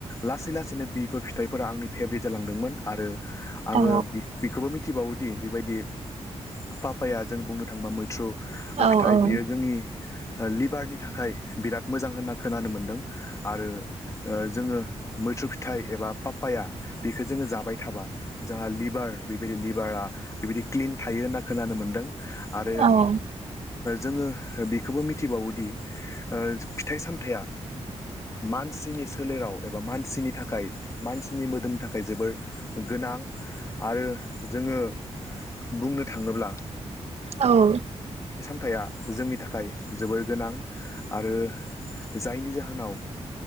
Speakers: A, on the left; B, on the right.
A: लासै लासैनो बिफोर फिथाइफोरा आंनि फेभरेट जालांदोंमोन आरो आङो
B: औ
A: बेखौबो मिथि मिथिबावोदि बेबायदि पापाया जों बुंनो थांओबा मैथ्रु
B: औ औ
A: नाथाय बियो जोंनि लिभारनि थाखाय बिराद मोजां होनना खोनानो मोनदों आरो जोङो मैथ्रु फिथाइ एबा पाप्पाया बेखौ जोङो जाबाय थाबा जोंहा लिभार बेबायदि लिभारा बेबायदि क्लिन थायो होनना खोनानो मोनदों आरो
B: औ
A: जोङो बेखौबो मिथिबावोदि फिथाइ सामथाइा मानसिनि सोलेराव एबा मानसिनि थाखाय मानसिनि मोदोमनि थाखाय जोबोर गोनां आरो जोङो बुंनो थाङोब्ला
B: औ
A: थाया जोंनि थाखाय जोबोर गोनां आरो जायनि जाहोनाव